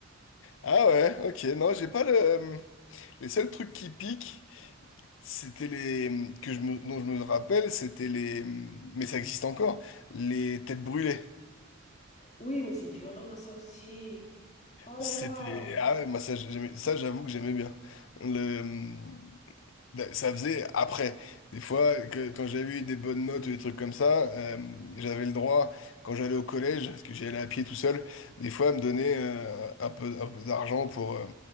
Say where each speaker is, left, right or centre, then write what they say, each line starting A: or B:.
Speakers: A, on the left (about 65°); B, on the left (about 35°).
A: Ah ouais, ok. Non, j'ai pas le. euh, Les seuls trucs qui piquent. C'était les... que je me... dont je me rappelle, c'était les... Mais ça existe encore, les têtes brûlées.
B: <laughs> Oui, mais c'est violent, ça aussi. Oh là
A: C'était...
B: là!
A: Ah ouais, moi ça, j'aimais- ça j'avoue que j'aimais bien. Le... ben, Ça faisait après. Des fois, que- quand j'avais eu des bonnes notes ou des trucs comme ça, euh, j'avais le droit, quand j'allais au collège, parce que j'y allais à pied tout seul, des fois à me donner euh, un peu, un peu d'argent pour... euh,